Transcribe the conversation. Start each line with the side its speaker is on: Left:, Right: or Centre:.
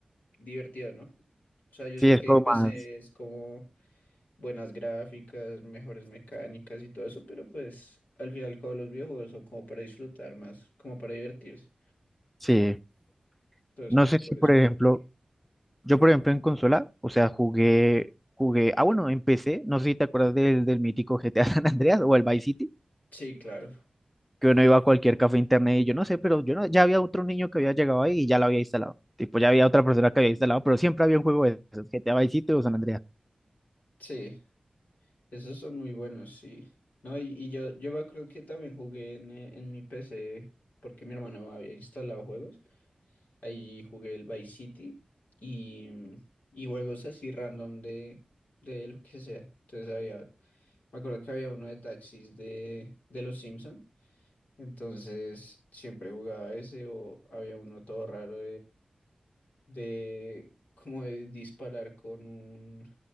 Left: divertido, ¿no? O sea, yo
Centre: Sí,
Left: sé
Centre: es
Left: que
Centre: como
Left: en PC
Centre: más,
Left: es como buenas gráficas, mejores mecánicas y todo eso, pero pues al final todos los videojuegos son como para disfrutar más, como para divertirse.
Centre: sí.
Left: Entonces,
Centre: No
Left: pues
Centre: sé
Left: por
Centre: si, por
Left: eso
Centre: ejemplo,
Left: prefiero.
Centre: Yo, por ejemplo, en consola, o sea, jugué, jugué, ah, bueno, en empecé, no sé si te acuerdas del, del mítico GTA <laughs> San Andreas o el Vice City,
Left: Sí, claro.
Centre: que uno iba a cualquier café internet y yo no sé, pero yo no, ya había otro niño que había llegado ahí y ya lo había instalado. Tipo, ya había otra persona que había instalado, pero siempre había un juego de esos, GTA Vice City o San Andreas.
Left: Sí, esos son muy buenos, sí. No, y, y yo, yo me acuerdo que también jugué en, eh, en mi PC porque mi hermano había instalado juegos. Ahí jugué el Vice City y, y juegos así random de, de lo que sea. Entonces había, me acuerdo que había uno de taxis de, de los Simpson. Entonces siempre jugaba ese o había uno todo raro de como de disparar con un,